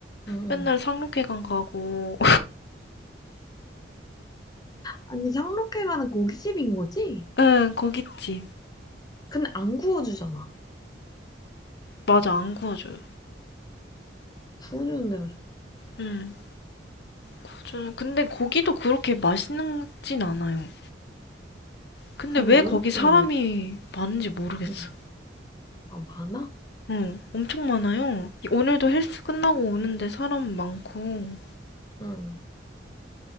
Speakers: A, on the left; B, on the left.
A: 응,
B: 맨날
A: 응.
B: 상록회관 가고.
A: 아니, 상록회 가는 고깃집인 거지?
B: <laughs> 응, 거기집
A: 근데 안 구워주잖아.
B: 맞아, 안 구워줘요.
A: 구워주는 데가 좋
B: 응. 맞아요. 근데 거기도 그렇게 맛있진 않아요. 근데
A: 근데
B: 왜
A: 왜
B: 거기
A: 이렇게,
B: 사람이 많은지 모르겠어.
A: 응. 아, 많아?
B: 응, 엄청 많아요. 이- 오늘도 헬스 끝나고 오는데 사람 많고.
A: 응,